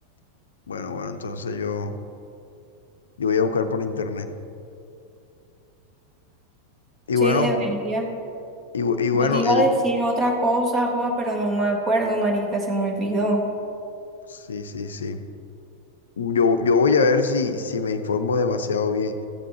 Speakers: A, on the left; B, on the right.
A: bueno, bueno, entonces yo, yo voy a buscar por internet. Y
B: Sí,
A: bueno,
B: debería.
A: y, bu- y bueno,
B: Yo te iba
A: el,
B: a decir otra cosa, Joa, pero no me acuerdo, marica, se me olvidó.
A: sí, sí, sí. Yo, yo voy a ver si, si me informo demasiado bien.